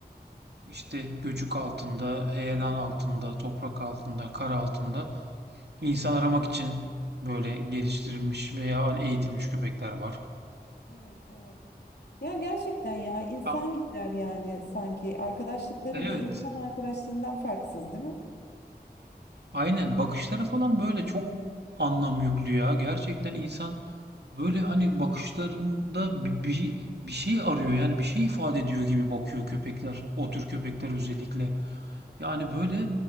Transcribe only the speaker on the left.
Evet, evet. Ya gerçekten ya insan
gibiler yani sanki. Arkadaşlıkları
bir insan arkadaşlığından farksız değil mi?